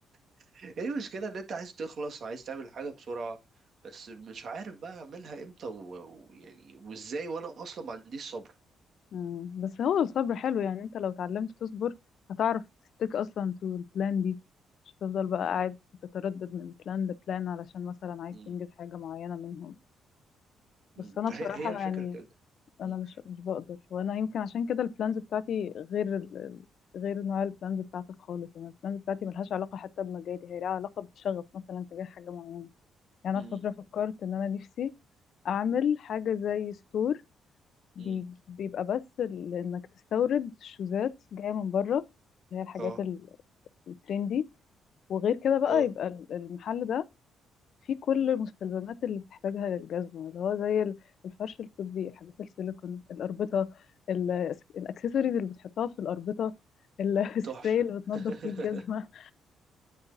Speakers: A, on the right; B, on the left.
A: <laughs> هي المشكله ان انت عايز تخلص عايز تعمل حاجه بسرعه بس مش عارف بقى اعملها امتى و- ويعني وازاي وانا اصلا ما عنديش صبر
B: مم. بس هو الصبر حلو يعني انت لو اتعلمت تصبر هتعرف تستيك اصلا تو البلان دي مش هتفضل بقى قاعد تتردد من بلان لبلان علشان مثلا عايز
A: م-
B: تنجز حاجة معينة منهم
A: م-
B: بس انا
A: هي
B: بصراحة
A: هي الفكره
B: يعني
A: كده
B: انا
A: م-
B: مش مش بقدر وانا يمكن عشان كده البلانز بتاعتي غير ال... ال- غير نوع البلانز بتاعتك خالص انا البلانز بتاعتي ملهاش علاقة حتى بمجالي هي لها علاقة بشغف مثلا تجاه حاجة معينة يعني
A: م-
B: انا في فترة فكرت ان انا نفسي اعمل حاجة زي ستور بي-
A: م.
B: بيبقى بس ال- انك تستورد شوزات جايه من بره اللي هي الحاجات
A: اه
B: ال- الترندي وغير كده بقى
A: اه
B: يبقى ال- المحل ده فيه كل المستلزمات اللي بتحتاجها للجزمه اللي هو زي ال- الفرش الطبي الحاجات السيليكون الاربطه ال- الاكسسوارز اللي بتحطها في الاربطه ال- <laughs> السبراي
A: تحفه
B: اللي بتنضف
A: <laughs>
B: فيه الجزمه